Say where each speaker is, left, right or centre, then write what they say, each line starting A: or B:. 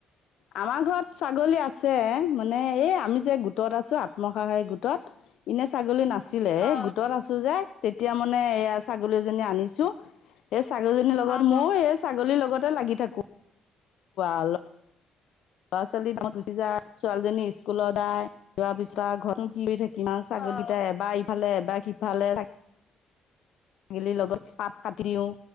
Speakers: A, on the left; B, on the left.
A: আমাৰ ঘৰত ছাগলী আছে, মানে এই আমি যে গোটত আছোঁ আত্মসহায়ক গোটত। ইনেই ছাগলী না ছিলে, এই
B: অ
A: গোটত আছোঁ যে, তেতিয়া মানে এয়া ছাগলীজনী আনিছোঁ। এই ছাগলীজনীৰ লগত,
B: অ
A: ময়ো এই ছাগলীৰ লগতে লাগি থাকোঁ, আৰু ল'ৰা-ছোৱালীৰ দামত গুচি যায়, ছোৱালীজনী স্কুলত যা, যোৱাৰ পিছত আৰু ঘৰত নো কি থাকি ম,
B: অ',
A: ছাগলীকিতাই এবাৰ ইফালে, এবাৰ সিফা লে, <unintelligible> লগত পাত কাটি দিওঁ,